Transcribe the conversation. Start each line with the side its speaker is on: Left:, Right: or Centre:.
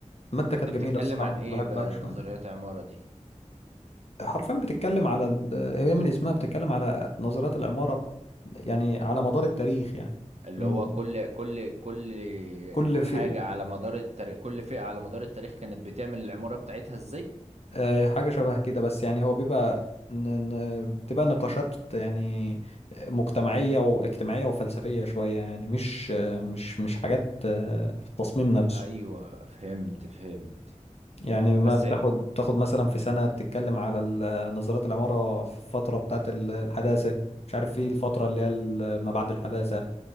Left: المادة كانت
Right: دي
Left: جميلة
Right: بتتكلم
Left: الصراحة
Right: عن
Left: كنت
Right: ايه
Left: بحبها
Right: بقى
Left: شوية
Right: نظريات عمارة دي
Left: حرفيا بتتكلم على ال... هي من اسمها بتتكلم على نظريات العمارة يعني على مدار التاريخ يعني
Right: اللي
Left: من
Right: هو كل كل كل
Left: كل
Right: حاجة
Left: في
Right: على مدار التاريخ كل فئة على مدار التاريخ كانت بتعمل العمارة بتاعتها ازاي
Left: آه، حاجة شبه كده بس يعني هو بيبقى ن... ن... بتبقى نقاشات يعني مجتمعية واجتماعية وفلسفية شوية يعني مش آه، مش مش حاجات آه، في التصميم نفسه
Right: ايوه فهمت فهمت
Left: يعني ما
Right: بس
Left: بتاخد بتاخد مثلا في سنة بتتكلم على ال- نظريات العمارة في الفترة بتاعت ال- الحداثة مش عارف في الفترة اللي هي ال- ما بعد الحداثة